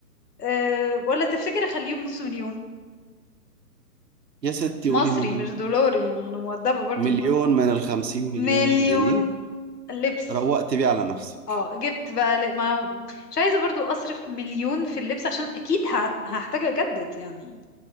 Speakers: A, on the left; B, on the right.
A: أه ولا تفتكر أخليهم نص مليون
B: يا ستي
A: مصري
B: قولي مليون
A: مش دولار يعني أنا مؤدبة برضو
B: مليون
A: ما
B: من الخمسين مليون
A: مليون
B: جنيه
A: لبس
B: روقت بيه على نفسك
A: اه جبت بقى ل- ما هو- مش عايزة برضو أصرف مليون في اللبس عشان أكيد ه- هحتاج أجدد يعني